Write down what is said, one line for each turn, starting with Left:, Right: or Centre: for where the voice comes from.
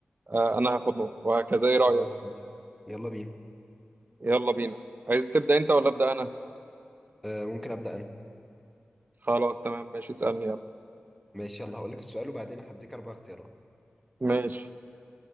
Right: آه، انا هاخد نقطه وهكذا ايه رأيك
Centre: خلاص ماشي. يلا بينا
Right: يلا بينا عايز تبدأ انت ولا أبدأ انا
Centre: آه ممكن ابدا انا
Right: خلاص تمام ماشي اسألني يلا
Centre: ماشي يلا هقول لك السؤال وبعدين هديك اربع اختيارات
Right: ماشي